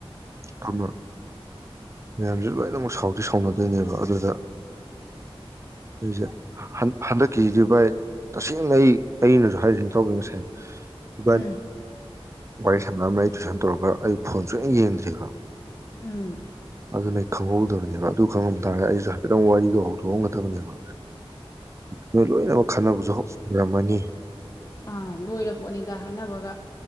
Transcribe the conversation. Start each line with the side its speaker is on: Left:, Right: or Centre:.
Right: ꯊꯝ ꯃꯌꯥꯝꯁꯦ ꯂꯣꯏꯅꯃꯛ ꯁꯥꯎꯗꯤ ꯁꯥꯎꯅꯗꯣꯏꯅꯦꯕ ꯑꯗꯨꯗ ꯑꯩꯁꯦ ꯍꯟꯗꯛꯀꯤꯁꯤꯗꯤ ꯚꯥꯏ ꯇꯁꯦꯡꯅ ꯑꯩ ꯑꯩꯅꯁꯨ ꯍꯥꯏꯔꯤꯅꯤ ꯇꯥꯎꯕꯤ ꯉꯁꯥꯏ ꯏꯕꯥꯅꯤ
Left: ꯎꯝ
Right: ꯋꯥꯔꯤ ꯁꯥꯟꯅꯔꯝꯃꯦ ꯑꯩ ꯇꯨꯏꯁꯟ ꯇꯧꯔꯒ ꯑꯩ ꯐꯣꯟ ꯁꯨꯡꯅ ꯌꯦꯡꯗ꯭꯭ꯔꯦꯕ
Left: ꯎꯝ
Right: ꯑꯗꯨꯅ ꯑꯩ ꯈꯪꯍꯧꯗꯕꯅꯦꯕ ꯑꯗꯨ ꯈꯪꯉꯝ ꯇꯥꯔꯒꯗꯤ ꯑꯩꯁꯨ ꯍꯥꯏꯐꯦꯠꯇꯪ ꯋꯥꯔꯤꯗꯣ ꯍꯧꯗꯣꯛꯑꯝꯒꯗꯕꯅꯦꯕ ꯅꯣꯢ ꯂꯣꯏꯅꯃꯛ ꯈꯟꯅꯕꯁꯨ ꯂꯣꯢꯔꯝꯃꯅꯤ
Left: ꯑꯥ ꯂꯣꯏꯔꯄꯣꯠꯅꯤꯗ ꯍꯥꯏꯅꯕꯒ